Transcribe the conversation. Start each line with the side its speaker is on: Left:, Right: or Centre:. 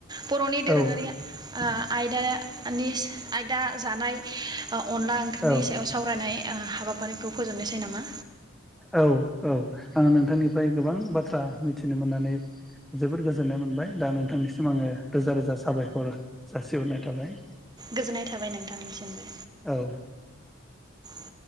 Right: बर'नि दोरोङारि
Centre: औ
Right: ओ आयदानि आयदा जानाय अनला ओंख्रिनि
Centre: औ
Right: सायाव सावरायनाय ओ हाबाफारिखौ फोजोबनोसै नामा?
Centre: औ औ आङो नोंथांनिफ्राय गोबां बाथ्रा मिथिनो मोननानै जोबोद गोजोननाय मोनबाय दा नोंथांनिसिम आङो रोजा रोजा साबायखर जासिहरनाय थाबाय
Right: गोजोननाय थाबाय नोंथांनिसिमबो
Centre: औ
Right: <unintelligible>